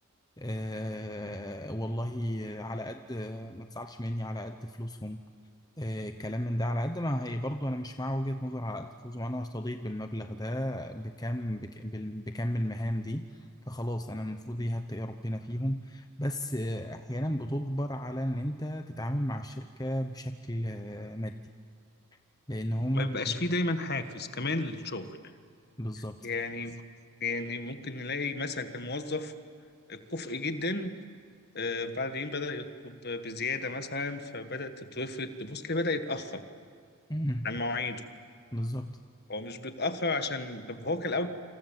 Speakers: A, on the left; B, on the left.
A: آه والله على قد ما تزعلش مني على قد فلوسهم آه، الكلام من ده على قد ما هي برضو انا مش مع وجهة نظر على قد فلوس ما انا هستضيف بالمبلغ ده بكم بك بال- بكم المهام دي فخلاص انا المفروض دي هتقي ربنا فيهم بس آه، احيانا بتجبر على ان انت تتعامل مع الشركة بشكل آه، مادي لان هما
B: ما بيبقاش
A: بي-
B: فيه دايما حافز كمان للشغل
A: بالظبط
B: يعني يعني ممكن نلاقي مثلا كان موظف كفء جدا آه، بعدين بدأ يطلب بزيادة مثلا فبدأت تتوفر تبص ليه بدأ يتأخر
A: مم.
B: عن مواعيده
A: بالظبط
B: هو مش بيتأخر عشان طب هو كان الأول